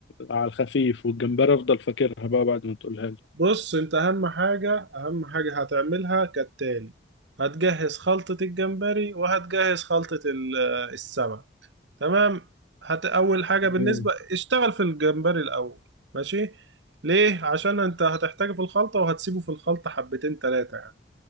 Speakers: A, on the left (about 80°); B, on the right (about 75°).
A: على الخفيف والجمبري افضل فاكرها بقى بعد ما تقولها
B: بص انت اهم حاجة اهم حاجة هتعملها كالتالي هتجهز خلطة الجمبري وهتجهز خلطة ال- السمك تمام هت اول حاجة
A: لي
B: بالنسبة اشتغل في الجمبري الاول ماشي ليه عشان انت هتحتاجه في الخلطة وهتسيبه في الخلطة حبتين تلاتة يعني